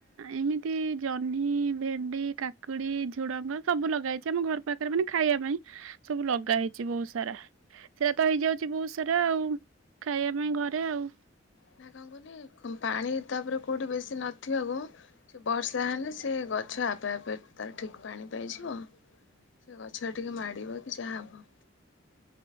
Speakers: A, on the right; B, on the left.
A: ଏମିତି ଜହ୍ନି, ଭେଣ୍ଡି, କାକୁଡି, ଝୁଡଙ୍ଗ ସବୁ ଲଗାଇଛି ଆମ ଘର ପାଖରେ ମାନେ ଖାଇବା ପାଇଁ ସବୁ ଲଗା ହେଇଛି ବହୁତ ସାରା ସେଟା ତ ହେଇଯାଉଛି ବହୁତ ସାରା ଆଉ ଖାଇବା ପାଇଁ ଘରେ ଆଉ।
B: ନା କଣ ପାଣି ତାପରେ କେଉଠି ବେଶୀ ନଥିବାକୁ ସେ ବର୍ଷା ହେଲେ ସେ ଗ ଆଛା ଆପେ ଆପେ ତାର ଠିକ୍ ପାଣି ପାଇଯିବ। ସେ ଗଛ ଟିକେ ମାଡିବ କି ଯାହାବ। ଓ।